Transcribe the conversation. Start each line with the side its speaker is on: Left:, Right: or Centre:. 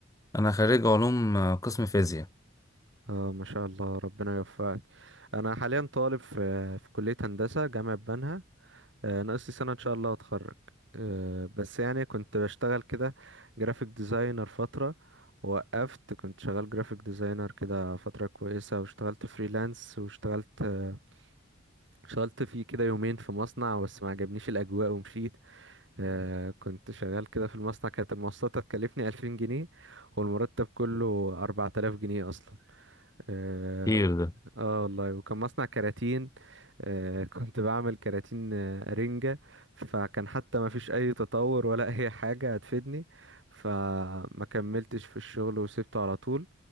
Left: أنا خريج علوم آه، قسم فيزياء
Right: اه ما شاء الله ربنا يوفقك انا حاليا طالب في في كليه هندسه جامعه بنها آه، ناقص لي سنة إن شاء الله أتخرج آه، بس يعني كنت بشتغل كده جرافيك ديزاينر فترة وقفت كنت شغال جرافيك ديزاينر كده فترة كويسة واشتغلت فريلانس واشتغلت آه، اشتغلت فيه كده يومين في مصنع بس ما عجبنيش الأجواء ومشيت آه، كنت شغال كده في المصنع كانت المواصلات هتكلفني ألفين جنيه والمرتب كله أربعة آلاف جنيه أصلا آه،
Left: كتير ده
Right: اه والله وكان مصنع كراتين آه <laughs> كنت بعمل كراتين آه رنجة فكان حتى ما فيش اي تطور ولا اي حاجة هتفيدني فما كملتش في الشغل وسبته على طول